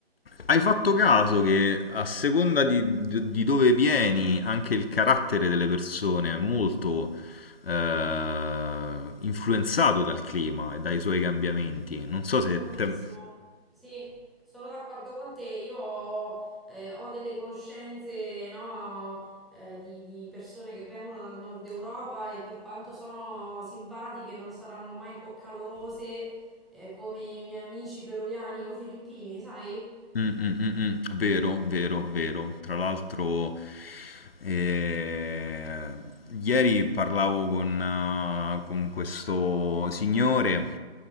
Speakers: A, on the left; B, in the centre.
A: Hai fatto caso che a seconda di, di- di dove vieni, anche il carattere delle persone è molto eh, influenzato dal clima e dai suoi cambiamenti. Non so se
B: tantissimo,
A: te-
B: sì, sono d'accordo con te. Io ho, eh, ho delle conoscenze, no, eh, di, di persone che vengono dal nord Europa e per quanto sono simpatiche, non saranno mai co- calorose, eh, come i miei amici peruviani o filippini, sai?
A: Mm, mm, mm, mm. Vero, vero, vero. Tra l'altro, eh, ieri parlavo con, eh, con questo signore